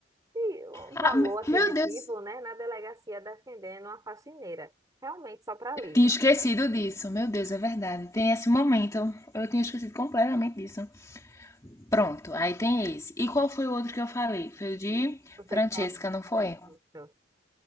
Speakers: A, on the right; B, on the left.
A: de um
B: Ah,
A: valor
B: me-
A: aquisitivo,
B: meu Deus,
A: né, na delegacia defendendo uma faxineira. Realmente só para
B: eu
A: livro.
B: tinha esquecido disso. Meu Deus, é verdade. Tem esse momento. Eu tinha esquecido completamente disso. Pronto, aí tem esse. E qual foi o outro que eu falei? Foi o de
A: Você
B: Francesca,
A: só
B: não foi?
A: isso.